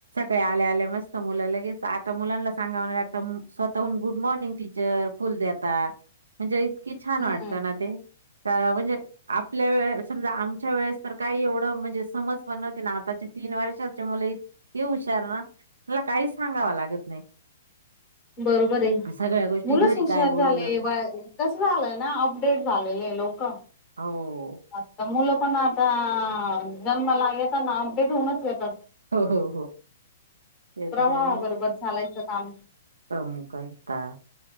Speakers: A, on the right; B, on the left.
A: का आल्या आल्या मस्त मुल लगेच मुलांना सांगा स्वतःहून गुड मॉर्निंग टीचर फुल देता म्हणजे कि छान
B: हम्म
A: वाटत ना ते अ म्हणजे आपल्या वेळे समजा आमच्या वेळेस तर काही एवढं म्हणजे समज पण नहती ना आताच्या तीन वर्षाचे मुले इतके हुशार ना मला काही सांगाव लागत नाही
B: बरोबर आहे
A: सगळ्या गोष्टी
B: मुलंच
A: घरी
B: हुशार
A: काय बोललं
B: झालंय व कस झालंय ना अपडेट झालेलेय लोक
A: हो
B: आता मुलं पण आता जन्माला येताना अपडेट होऊनच येतात
A: हो हो हो ते
B: प्रवाहा
A: तर आहे
B: बरोबर चालायचं काम
A: कम करता